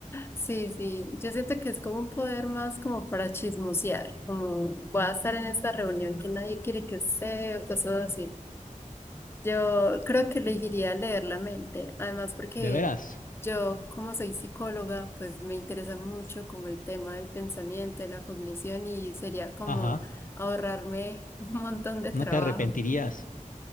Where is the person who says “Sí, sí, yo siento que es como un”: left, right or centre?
Left